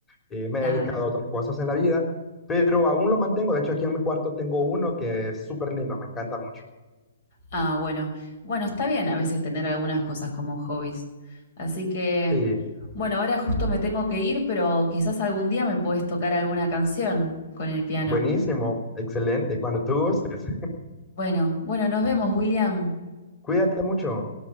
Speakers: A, on the left; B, on the left.
A: Eh, me
B: Claro.
A: he dedicado a otras cosas en la vida, pero aún lo mantengo. De hecho aquí en mi cuarto tengo uno que es súper lindo, me encanta mucho.
B: Ah, bueno. Bueno, está bien a veces tener algunas cosas como hobbies. Así que,
A: Sí,
B: bueno, ahora justo me tengo que ir, pero quizás algún día me puedes tocar alguna canción con el piano.
A: buenísimo, excelente, cuando tú gustes.
B: Bueno, bueno, nos vemos, William.
A: Cuídate mucho.